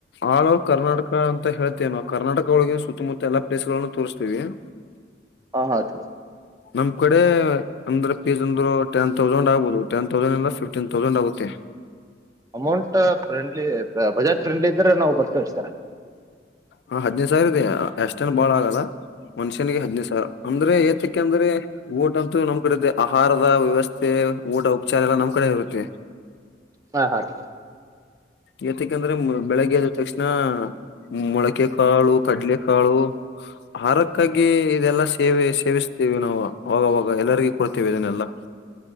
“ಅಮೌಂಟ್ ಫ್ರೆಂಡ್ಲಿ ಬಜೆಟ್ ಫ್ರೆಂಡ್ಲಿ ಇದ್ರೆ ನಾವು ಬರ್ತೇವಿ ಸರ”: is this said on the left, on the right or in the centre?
Right